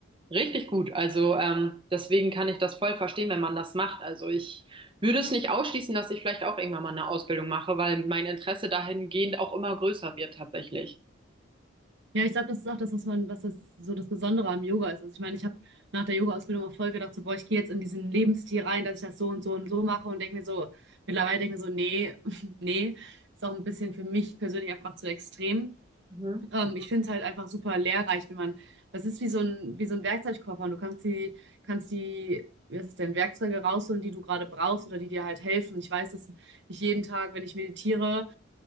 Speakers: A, on the right; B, on the right.
A: richtig gut. Also ähm, deswegen kann ich das voll verstehen, wenn man das macht. Also ich würde es nicht ausschließen, dass ich vielleicht auch irgendwann mal eine Ausbildung mache, weil mein Interesse dahingehend auch immer größer wird tatsächlich.
B: Ja, ich glaube, das ist auch das, was man, was das so das Besondere am Yoga ist. Also ich meine, ich habe nach der Yoga-Ausbildung auch voll gedacht, so, boah, ich gehe jetzt in diesen Lebensstil rein, dass ich das so und so und so mache und denke mir so, mittlerweile denke ich mir so, nee, <laughs> nee, ist auch ein bisschen für mich persönlich einfach zu extrem.
A: Mhm.
B: Ähm, ich finde es halt einfach super lehrreich, wenn man, das ist wie so ein, wie so ein Werkzeugkoffer und du kannst die, kannst die, was ist denn, Werkzeuge rausholen, die du gerade brauchst oder die dir halt helfen. Ich weiß, dass ich jeden Tag, wenn ich meditiere,